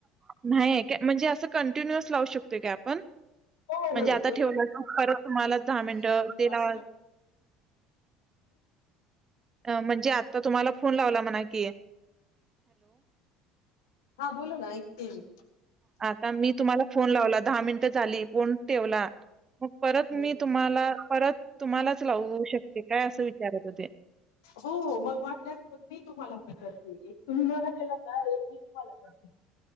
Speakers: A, on the right; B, on the left.
A: नाहीये काय म्हणजे असं कंटिन्युअस लावू शकतोय काय आपण
B: हो
A: म्हणजे
B: हो
A: आता ठेवलं तर तुम्हालाच
B: एका
A: दहा
B: मागे
A: मिनट
B: एक आपण
A: तेला
B: पाच सहा
A: अ म्हणजे आता तुम्हाला फोन लावला म्हणा कि
B: हा बोल ना ऐकतीये मी
A: ता मी तुम्हाला फोन लावला दहा मिन ट झाली फोन ठेवला मग परत
B: हम्म
A: मी तुम्हाला परत तुम्हालाच लावू शकते काय असं विचारत होते.
B: हो मग वाटल्यास मग मी तुम्हाला आता करते, एक तुम्ही मला केला ना एक मी तुम्हाला करते.